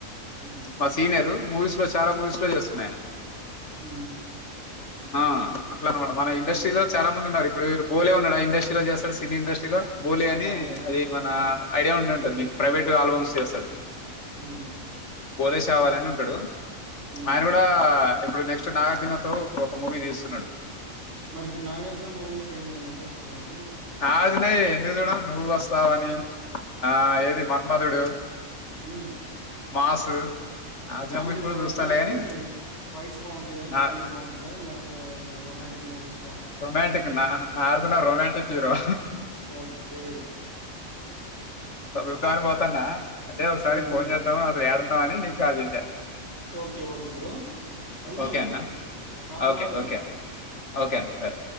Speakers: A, on the right (about 55°); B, on the left (about 55°).
A: ఉమ్,
B: మా సీనియరు మూవీస్ లో చాలా మూవీస్ లో చేస్తుంది ఆయన
A: హ
B: ఆ అట్లా అనమాట మన ఇండస్ట్రీ లో చాలా మంది ఉన్నారు ఇప్పుడు బోలే ఉన్నాడు ఆ ఇండస్ట్రీలో చేస్తాడు సినీ ఇండస్ట్రీలో బూలి అని
A: అవునా
B: అది మన
A: అవును
B: ఐడియా ఉండింటది మీకు ప్రైవేటు ఆల్బమ్స్ చేస్తాడు
A: హ
B: బోలేస్ కావాలిని ఉంటాడు
A: ఉమ్.
B: ఆయన కూడా ఇప్పుడు నెక్స్ట్ నాగార్జునతో ఒక మూవీ తీస్తున్నాడు
A: మరి ఇప్పుడు నాగార్జన మూవీస్ ఏమి ఇంట్రెస్ట్ ఉండది
B: ఆజ న ఎ నుూ వస్తావని ఆ
A: హ్మ్.
B: ఏది మన్మదుడు
A: హ్మ్.
B: మాసు నాగార్జున
A: కామెడీ
B: మూవీస్ కూడా
A: బాగుంటదా
B: చూస్తానులే
A: అయింది
B: గాని
A: ఫైట్స్ బాగుంటాంద
B: నా
A: కామెడీ బాగుంటందా లేకపోతే రొమాంటిక్ మువీస్
B: రొమాంటిక్ నా <unintelligible> రొమాంటక్ హీరో
A: ఓకే.
B: వృద్దా అని పోతాన్నా అదే ఒకసారి
A: హ్మ్.
B: ఫోన్ చేద్దాం <inaudible> ఏడ అని నీక్ కాల్ జేష
A: ఓకే ఓకే బ్రో ఎళ్దాంలే
B: ఓకే అన్న
A: మరి. ఒక హాఫ్
B: ఓకే
A: అన్ అవర్‌లో ఎళ్దాం.
B: ఓకే ఓకే అన్న సరే